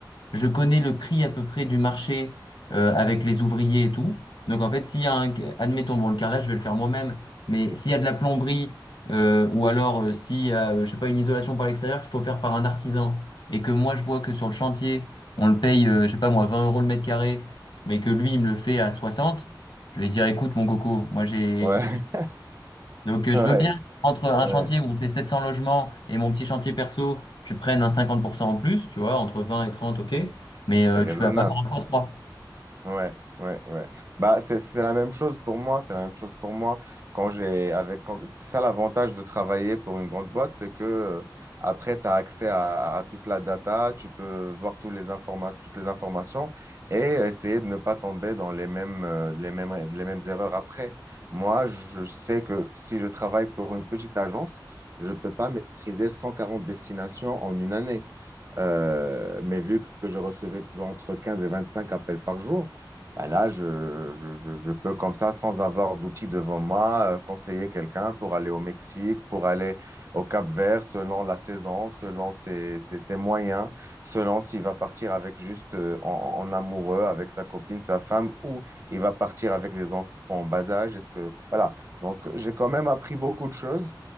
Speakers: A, on the left (about 75°); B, on the right (about 40°).
A: je connais le prix à peu près du marché euh, avec les ouvriers et tout. Donc en fait, s'il y a un, admettons, bon, le carrelage, je vais le faire moi-même, mais s'il y a de la plomberie euh, ou alors euh, s'il y a, euh, je sais pas, une isolation par l'extérieur qu'il faut faire par un artisan et que moi je vois que sur le chantier, on le paye, euh, je sais pas moi, 20 euros le mètre carré, mais que lui, il me le fait à 60, je vais dire, écoute, mon coco, moi j'ai
B: ouais,
A: donc, euh,
B: <laughs> ouais,
A: je veux bien, entre un
B: ouais.
A: chantier où on fait 700 logements et mon petit chantier perso, tu prennes un 50% en plus, tu vois, entre 20 et 30, ok, mais
B: C'est
A: euh,
B: raisonnable.
A: tu vas pas faire un fois 3
B: Ouais, ouais, ouais. Bah, c'est, c'est la même chose pour moi. C'est la même chose pour moi. Quand j'ai, avec, quand- c'est ça l'avantage de travailler pour une grande boîte, c'est que euh, après, tu as accès à, à toute la data, tu peux voir toutes les informations, toutes les informations et essayer de ne pas tomber dans les mêmes, euh, les mêmes, les mêmes erreurs après. Moi, je sais que si je travaille pour une petite agence, je peux pas maîtriser 140 destinations en une année. Euh, mais vu que je recevais entre 15 et 25 appels par jour, bah là, je, je, je- je peux comme ça, sans avoir d'outils devant moi, euh, conseiller quelqu'un pour aller au Mexique, pour aller au Cap-Vert, selon la saison, selon ses, ses- ses moyens, selon s'il va partir avec juste euh, en, en amoureux, avec sa copine, sa femme, ou il va partir avec des enfants en bas âge. Est-ce que... Voilà. Donc, j'ai quand même appris beaucoup de choses.